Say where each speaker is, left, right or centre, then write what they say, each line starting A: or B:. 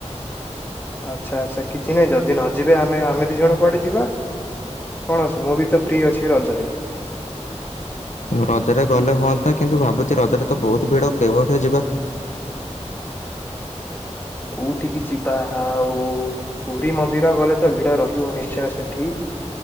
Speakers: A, on the left (about 15°); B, on the left (about 80°).
A: ଆଚ୍ଛା ଆଚ୍ଛା କିଛି ନାହିଁ ଯଦି ନ ଯିବେ ଆମେ ଆମେ ଦି ଜଣ କୁଆଡେ ଯିବା କଣ ଅଛି ମୁଁ ବି ତ ଫ୍ରି ଅଛି ରଜରେ।
B: ରଜରେ ଗଲେ ହୁଅନ୍ତା କିନ୍ତୁ ଭାବୁଛି ରଜରେ ତ ବହୁତ ଭିଡ କେଉଠେ ଯିବା
A: କୋଉଠିକି ଯିବା ଆଉ ପୁରୀ ମନ୍ଦିର ଗଲେ ତ ଭିଡ ରହିବ ନିଶ୍ଚୟ ସେଠି